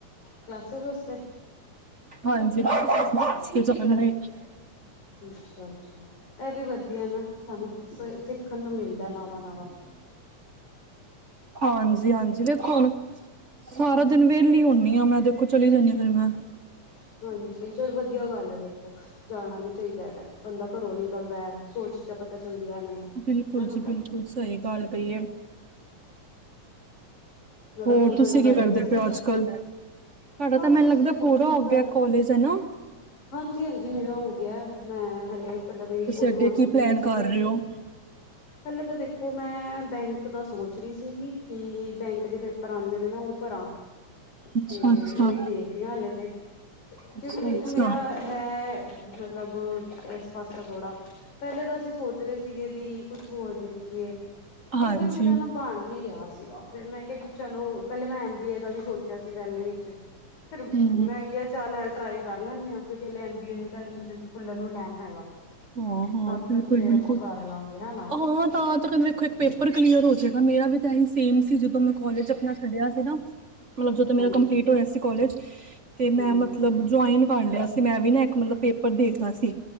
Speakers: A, on the left (about 70°); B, on the right (about 45°).
A: ਕਲਾਸਿਸ ਵਾਸਤੇ
B: ਹਾਂਜੀ, <unintelligible>
A: ਅੱਛਾ-ਅੱਛਾ, ਇਹ ਵੀ ਵਧੀਆ ਨਾ ਸਾਨੂੰ ਸਿੱਖਣ ਨੂੰ ਮਿਲਦਾ ਨਵਾਂ-ਨਵਾਂ। <unintelligible>
B: ਹਾਂਜੀ-ਹਾਂਜੀ, ਦੇਖੋ ਹੁਣ ਸਾਰਾ ਦਿਨ ਵੇ, ਹਲੀ ਹੁੰਦੀ ਆ ਮੈਂ ਦੇਖੋ ਚਲੀ ਜਾਣੀ ਆ ਫੇਰ ਮੈਂ,
A: ਅੱਛਾ, ਹਾਂਜੀ, ਚਲ ਵਧੀਆ ਗੱਲ ਹੈ ਦੇਖੋ ਜਾਣਾ ਵੀ ਚਾਹੀਦਾ ਹੈਗਾ, ਬੰਦਾ ਘਰੋਂ ਨਿਕਲਦਾ ਐ ਸੋਚ ਪਤਾ ਚੱਲਦੀਆਂ ਨੇ
B: ਬਿਲਕੁਲ
A: ਹਨਾ
B: ਜੀ ਬਿਲਕੁਲ, ਸਹੀ ਗੱਲ ਕਹੀ ਏ,
A: ਮੈਂ ਤਾਂ
B: ਹੋਰ
A: ਖੁਦ
B: ਤੁਸੀਂ
A: ਹਲੇ ਬੈਠੀ
B: ਕੀ ਕਰਦੇ
A: ਸੀ
B: ਪਏ ਅੱਜ-ਕੱਲ? ਤੁਹਡਾ
A: ਬਸ
B: ਤਾਂ ਮੈਨੂੰ
A: ਅਸੀਂ
B: ਲੱਗਦਾ ਪੂਰਾ
A: ਕੁਛ ਨੀ
B: ਹੋ
A: ਕਰ
B: ਗਿਆ ਕਾਲਜ ਹਨਾ।
A: ਹਾਂਜੀ-ਹਾਂਜੀ ਮੇਰਾ ਹੋ ਗਿਆ ਮੈਂ ਹਲੇ ਮਤਲਬ ਮੇਰੀ ਪੂਰੀ
B: ਅੱਗੇ
A: ਹੋ ਚੁੱਕੀ
B: ਕੀ ਪਲੈਨ
A: ਐ ਵੈਸੇ
B: ਕਰ
A: ਤੇ
B: ਰਹੇ ਹੋ
A: ਹਲੇ ਤਾਂ ਦੇਖੋ, ਮੈਂ ਬੈਂਕ ਦਾ ਸੋਚ ਰਹੀ ਸੀਗੀ ਕਿ ਬੈਂਕ ਦੇ ਪੇਪਰ ਆਣੇ ਨੇ ਨਾ ਉਹ ਪਰਾ
B: ਅੱਛਾ
A: ਤੇ
B: ਅੱਛਾ
A: ਉਹੀ ਦੇਖ ਰਹੀ ਹਾਲੇ ਤੇ, ਕਿਉਂਕਿ
B: ਅੱਛਾ
A: ਦੇਖੋ
B: ਅੱਛਾ
A: ਮੇਰਾ ਹੈ ਮਤਲਬ ਇਸ ਪਾਸੇ ਥੋੜ੍ਹਾ ਪਹਿਲੇ ਤਾਂ ਤਾਂ ਅਸੀਂ ਸੋਚ ਰਹੇ ਸੀਗੇ ਵੀ ਕੁਛ ਹੋਰ ਦੇ, ਦੇਖੀਏ ਪਰ
B: ਹਾਂਜੀ
A: ਫੇਰ ਮੇਰਾ ਨਾ ਬਣ ਨੀ ਰਿਹਾ ਸੀਗਾ। ਫਿਰ ਮੈਂ ਕਿਹਾ ਕਿ ਚਲੋ ਪਹਿਲਾਂ ਮੈਂ ਐਮ ਬੀ ਏ ਦਾ ਵੀ ਸੋਚਿਆ ਸੀ ਪਹਿਲੇ ਵਿੱਚ ਫਿਰ
B: ਹਮ
A: ਮੈਂ ਕਿਹਾ ਚੱਲ ਐ ਟਰਾਈ ਕਰ ਲੈਣੇ ਆ ਐਮ ਬੀ ਏ ਦੇ ਤਾਂ ਐਡਮਿਸ਼ਨ ਖੁੱਲਣ ਨੂੰ ਟਾਈਮ ਹੈਗਾ।
B: ਹਾਂ-ਹਾਂ,
A: ਤਦ
B: ਬਿਲਕੁਲ-ਬਿਲਕੁਲ,
A: ਤੱਕ ਫੇਰ ਆਪਾਂ ਕਰ ਲਾਂਗੇ ਹਨਾ।
B: ਹਾਂ, ਤਾਂ <unintelligible> ਵੇਖੋ ਇੱਕ ਪੇਪਰ ਕਲੀਅਰ ਹੋਜੇਗਾ ਮੇਰਾ ਵੀ ਇਹੀ ਸੇਮ ਸੀ ਜਦੋਂ ਮੈਂ ਕਾਲਜ ਆਪਣਾ ਛੱਡਿਆ ਸੀ ਨਾ ਮਤਲਬ ਜਦੋਂ ਮੇਰਾ
A: ਹਾਂਜੀ
B: ਕੰਪਲੀਟ ਹੋਇਆ ਸੀ ਕਾਲਜ, ਤੇ
A: ਹੂੰ-ਹੂੰ
B: ਮੈਂ ਮਤਲਬ ਜੁਆਇਨ ਕਰ ਲਿਆ ਸੀ ਮੈਂ ਵੀ ਨਾ ਮਤਲਬ ਪੇਪਰ ਦੇਤਾ ਸੀ